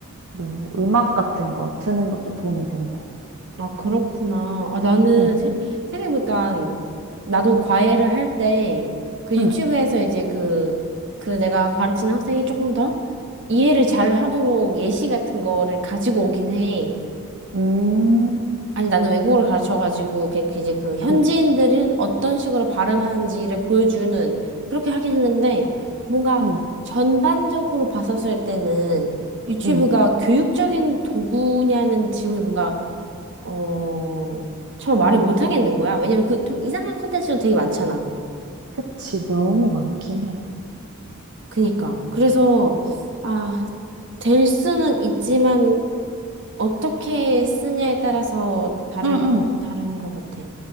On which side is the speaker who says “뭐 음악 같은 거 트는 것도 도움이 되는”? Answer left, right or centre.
Right